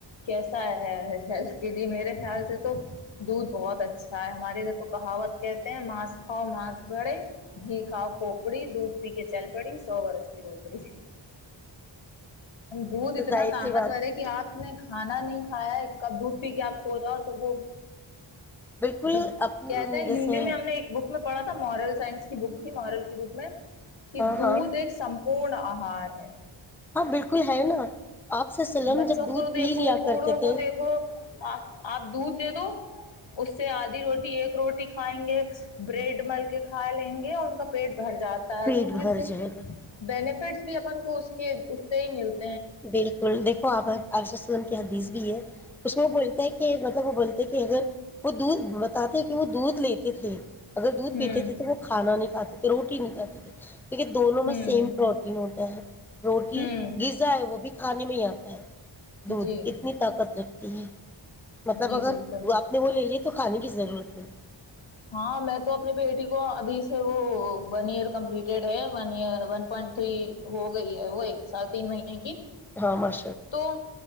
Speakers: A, on the left; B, in the centre.
A: کیسا ہے ہیلتھ کے لیے میرے خیال سے تو تو دودھ بہت اچھا ہے ہماریے ادھر تو کہاوت کہتے ہیں ماس کھاؤ ماس بھرے گھی کھاؤ کھوپڑی دودھ پی کے چل پڑی سوورس نوکری دودھ
B: تو
A: اتنا
B: ظاہر
A: طاقتور
B: سی بات
A: ہے کہ آپ نے کھانا نہیں کھایا ک دودھ پی کے آپ سو جاؤ تو وہ
B: بالکل
A: جب
B: اپ
A: کہتے ہیں
B: جیسے
A: ہندی میں ہم نے ایک بک میں پڑھا تھا مورل سائنس کی بک تھی مورل کی بک میں کہ
B: ہاں
A: دودھ
B: ہاں
A: ایک س پورن آہار ہے
B: ہاں بالکل ہے نا آپ سے سلم
A: بچوں
B: جب دودھ
A: کو دیکھو
B: پی لیا
A: بوڑھوں
B: کرتے
A: کو
B: تھے
A: دیکھو آ آ دودھ دے دو اس سے آدھی روٹی ایک روٹی کھائیں گے بریڈ مل کے کھا لیں گے اور ان کا پیٹ بھر جاتا ہے
B: پیٹ
A: کیکہ اسے
B: بھر جائے گا
A: بینیفٹس بھی اپن کو اس کے اتے ہی ملتا
B: بالکل دیک آ ار سن کی حدیث بھی ہے اس میں وہ بولتا ہے کہ مطلب وہ بولتا ہے کہ اگر وہ دھ ب تھے کہ وہ دودھ لیتے تھے اگر دودھ
A: ہوں
B: پیتے تھے تو وہ کھانا نہیں کاتے تھے روٹی نہیں کاتی کیہ دونوں
A: ہوں
B: میں سیم پروٹین ہوتا ہے روٹی
A: ہوں
B: غذا ہے وہ بھی کھانے میں ہی آتا ہے دودھ
A: جی
B: اتنی طاقت رکھتی ت ہے مطلب
A: جی
B: اگر
A: بالکل
B: وہ آپ نے وہ لے لیی تو کھانے کی ضرورت نہیں
A: ہاں میں تو اپنے بیٹی کو ابھی سے وہ ون ایئر کمپلیٹیڈ ہےن ایر ون پوائنٹ تھری ہو گئی ہے وہ ایک سال تین مہینے کی
B: ہ اھ میں
A: تو